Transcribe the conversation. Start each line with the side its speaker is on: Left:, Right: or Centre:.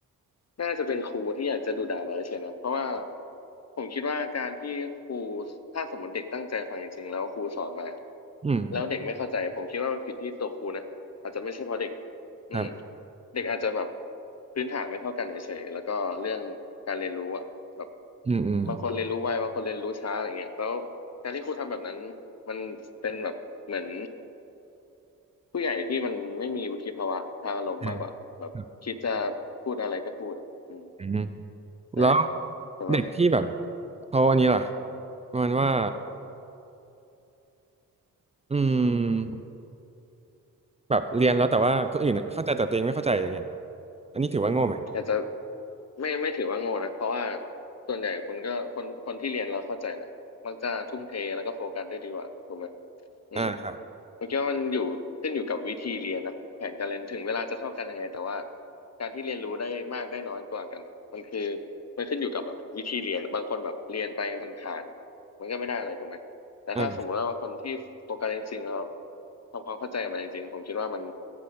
Left: น่าจะเป็นครูที่อยากจะดุด่าเราใช่นะเพราะว่าผมคิดว่าการที่ครูถ้าสมมติเด็กตั้งใจฟังจริงๆแล้วครูสอนมา
Right: ๆอืม
Left: แล้วเด็กไม่เข้าใจผมคิดว่ามันผิดที่ตัวครูนะอาจจะไม่ใช่เพราะเด็กอืม
Right: ครับ
Left: เด็กอาจจะแบบพื้นฐานไม่เท่ากันเฉยๆแล้วก็เรื่องการเรียนรู้อะแบบ
Right: อืมอืม
Left: บางคนเรียนรู้ไวบางคนเรียนรู้ช้าอะไรเงี้ยแล้วการที่ครูทำแบบนั้นมันเป็นแบบเหมือน ผู้ใหญ่ที่มันไม่มีวุฒิภาวะทางอารมณ์มากกว่าแบบคิดจะ
Right: อืมครับ
Left: พูดอะไรก็พูดอืม
Right: อืม
Left: แต่
Right: แล้ว
Left: แต่แบบ
Right: เด็กที่แบบเขาอันนี้ล่ะประมาณว่าอืม แบบเรียนแล้วแต่ว่าคนอื่นเข้าใจแต่ตัวเองไม่เข้าใจอย่างเงี้ยอันนี้ถือว่าโง่ไหม
Left: อาจจะไม่ไม่ถือว่าโง่นะเพราะว่าส่วนใหญ่คนก็คนคนที่เรียนเราเข้าใจแหละมักจะทุ่มเทแล้วก็โฟกัสได้ดีกว่าถูกไหม อืม
Right: อ่าครับ
Left: ผมคิดว่ามันอยู่ขึ้นอยู่กับวิธีเรียนนะแผนการเรียนถึงเวลาจะเท่ากันยังไงแต่ว่าการที่เรียนรู้ได้มากได้น้อยกว่ากันเนี่ยมันคือมันขึ้นอยู่กับแบบวิธีเรียนบางคนแบบเรียนไปผ่านๆมันก็ไม่ได้อะไรถูกไหมแต่ถ้าสมมุติว่าบางคนที่โฟกัสจริงๆแล้ว
Right: อ่า
Left: ทำความเข้าใจกับมันจริงๆผมคิดว่ามัน